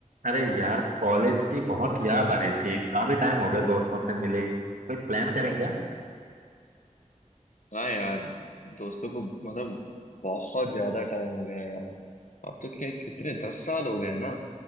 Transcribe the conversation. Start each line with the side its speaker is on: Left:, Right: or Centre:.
Right: अरे यार कॉलेज की बहुत याद आ रही थी काफी टाइम हो गया दोस्तों से मिले कोई प्लान करें क्या
Left: हाँ यार दोस्तों को मतलब बहुत ज्यादा टाइम हो गया है यार अब तो क्या कितने दस साल हो गए हैं ना